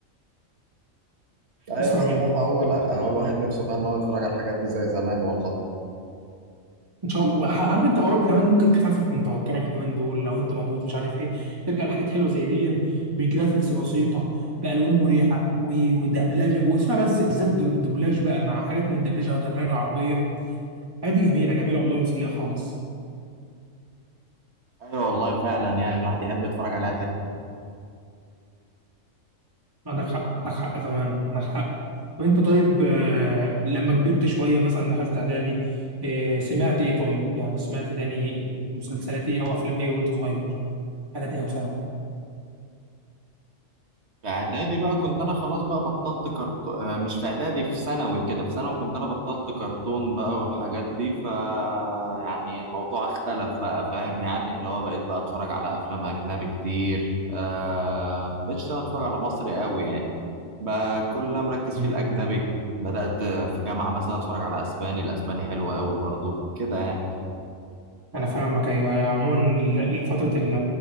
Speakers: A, on the right; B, on the right.
A: ايوه
B: اسمع
A: الصراحة
B: مني
A: هو لأ هو الواحد نفسه فعلا ان هو يتفرج على الحاجات دي زي زمان والله
B: ان شاء الله وح- عارف انت اوقات كمان ممكن تخفف من توترك اليومين دول لو انت مضغوط مش عارف ايه ترجع لحاجات حلوه زي دي بجرافيكس بسيطه بالوان مريحه و- ودبلجه واسمع بس بالذات الدو- الدبلاج بقى مع حاجات من دبلجه او دبلجه عربيه عادي جميلة جميلة والله ومسلية خالص
A: ايوه والله فعلا يعني الواحد يحب يتفرج عليها
B: عندك حق عندك حق فمان عندك حق طب انت طيب آه، لما كبرت شوية مثلا دخلت اعدادي آه، سمعت ايه طيب يعني سمعت تاني مسلسلات ايه او افلام ايه وانت صغير اعدادي او ثانوي
A: في اعدادي بقى كنت انا خلاص بقى بطلت كرتون آه، مش في اعدادي في ثانوي كده في ثانوي كنت انا بطلت كرتون بقى والحاجات دي ف يعني الموضوع اختلف بقى فاهم يعني اللي هو بقيت بقى اتفرج على افلام اجنبي كتير آه مبقتش انا اتفرج على مصري قوي يعني بقى كل اللي أنا مركز
B: مم.
A: فيه الاجنبي بدأت في جامعة مثلا اتفرج على اسباني الاسباني حلو قوي برضو كده يعني
B: انا فاهمك ايوه يعني عموما ال- الفترة ال-